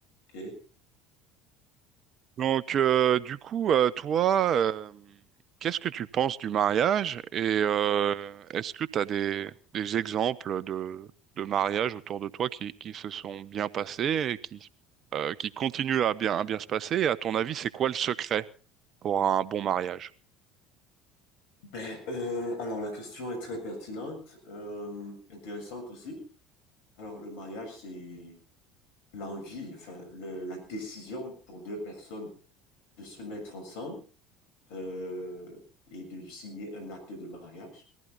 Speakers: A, on the left; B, on the right.
A: Ok.
B: Donc, euh, du coup, euh, toi, euh, qu'est-ce que tu penses du mariage et euh, est-ce que tu as des, des exemples de, de mariages autour de toi qui, qui se sont bien passés et qui, euh, qui continuent à bien, à bien se passer? Et à ton avis, c'est quoi le secret pour un bon mariage?
A: Ben, euh, alors la question est très pertinente, euh, intéressante aussi. Alors le mariage, c'est l'envie, enfin le- la décision pour deux personnes de se mettre ensemble euh, et de signer un acte de mariage.